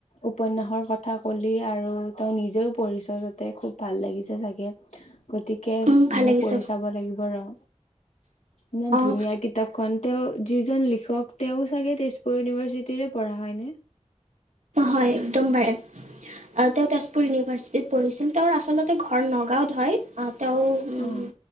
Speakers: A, on the left; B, on the right.
A: উপন্যাসৰ কথা ক'লি আৰু তই নিজেও পঢ়িছ' যত তে খুব ভাল লাগিছে চাগে। গতিকে
B: উম, ভাল
A: ময়ো
B: লাগিছে
A: পঢ়ি চাব লাগিব ৰ'। ইমান
B: অ
A: ধুনীয়া কিতাপখন, তেওঁ যিজন লিখক তেওঁ চাগে তেজপুৰ ইউনিভাৰ্চিটিৰে পঢ়া, হয় নে?
B: হয়, একদম বাৰে তেওঁ তেজপুৰ ইউনিভাৰ্চিটিত পঢ়িছিল তেওঁৰ আচলতে ঘৰ নগাঁওত হয়, অ'। তেওঁ উম,
A: অ',